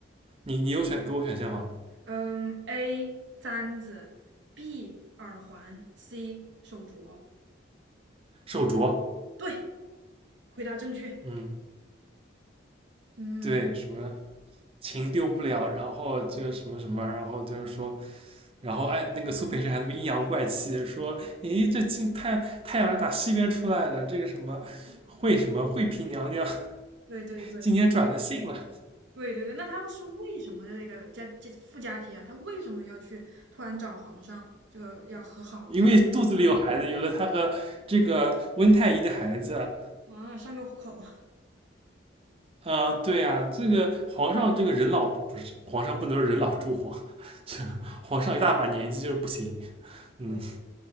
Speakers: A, on the right; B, on the right.
A: 你你有选给我选项好了。
B: 嗯，A 簪子，B 耳环，C 手镯。
A: 手镯，
B: 对，回答正确。
A: 嗯
B: 嗯
A: 对，什么情丢不了，然后这个什么什么，然后就是说，然后哎，那个苏培盛还在那边阴阳怪气说，咦，这今太太阳是打西边出来了，这个什么惠什么惠嫔娘娘
B: 嗯，对对对，
A: 今天转了性了，
B: 对对对，那他是为什么的这个加加附加题啊？他为什么要去突然找皇上这个要和好呢？
A: 因为肚子里有孩子，有了她和这个温太医的孩子，
B: 啊，上个户口。<laughs>
A: 啊、对啊，这个皇上这个人老不是皇上不能人老珠黄，<laughs> 这皇上一大把年纪就是不行，嗯
B: 对，